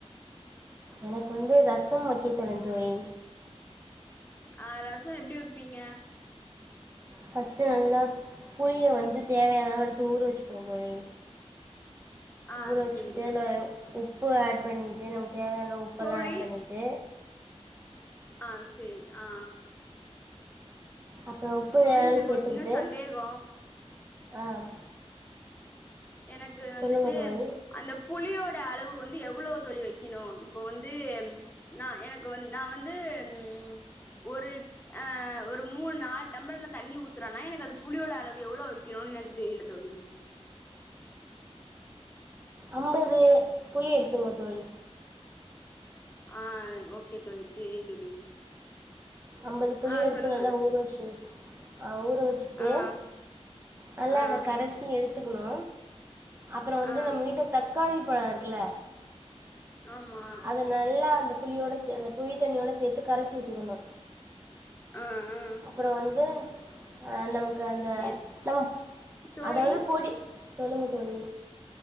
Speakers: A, on the right (about 20°); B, on the left (about 15°).
A: எனக்கு வந்து ரசொ வக்க தெரியு தோழி
B: அ ரசொ எப்டி வப்பீங்க
A: ஃபர்ஸ்ட்டு நல்லா புளிய வந்து தேவையான அளவு எடுத்து ஊற வச்சுக்கணு தோழி
B: ஆ
A: ஊற வச்சுக்குட்டேனாய
B: சேரி
A: உப் பு ஆட் பண்ணிக்கிட்டு ந தேவையானளவு உப்பெல்லா
B: தோழி
A: ஆட் பண்ணிட்டு
B: ஆ சேரி ஆ
A: அப்றோ உப்பு
B: தோழி
A: <unintelligible>
B: எனக்கு
A: சேத்துக்கிட்டு
B: ஒரு சின்ன சந்தேகோ
A: ஆ
B: எனக்கு வந்துட்டு
A: சொல்லுங்க தோழி
B: அந்த புளியோ ட அளவு வந்து எவ்ளோ தோழி வெக்கணு இப்போ வந்து நா எனக்கு வந் நா வந்து ம் ஒரு ஆ ஒரு மூணு நாலு டம்ளர்ல தண்ணி ஊத்துறன்னா எனக்கு அந்த புளியோட அளவு எவ்ளோ வக்கணுன் எனக்கு தெரில தோழி
A: அம்பது புளி எடுத்துங்க தோழி
B: ஆ ஓகே தோழி தெரியி தோழி
A: அம்பது புளி
B: ஆ
A: எடுத்து
B: சொல்லுங்க
A: நல்லா ஊற வச்சு அ ஊற வச்சுட்டு
B: ஆ
A: நல்லா
B: ஆ
A: அத கரசி எடுத் த்துக்கணு அப்பறோ வந்து
B: ஆ
A: நம்ம வீட்ல த க்காளிப்பழொ இருக்குல்ல
B: ஆமா
A: அத நல்லா த புளியோட சே அந்தப் புளித் தண்ணியோட சேத்து கரசி விட்டுக்கணு
B: ஆ ஆ
A: அப்புறோ வந்து அ நமக்கு அந்த
B: எ
A: நம்
B: தோழி
A: அதாவ்து பொடி சொல்லுங்க தோழி